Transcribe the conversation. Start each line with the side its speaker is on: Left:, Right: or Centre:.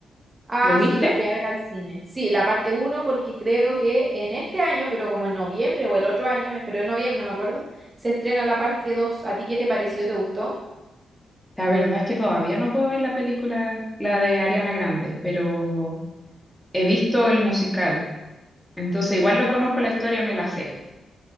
Right: Ah,
Centre: ¿Lo viste?
Right: sí, los fui a ver al cine. Sí, la parte uno, porque creo que en este año, pero como en noviembre o el otro año, eh, pero en noviembre me acuerdo, se estrena la parte dos. ¿A ti qué te pareció? ¿Te gustó?
Centre: La verdad es que todavía no puedo ver la película, la de Ariana Grande, pero he visto el musical. Entonces, igual lo conozco la historia, me la sé.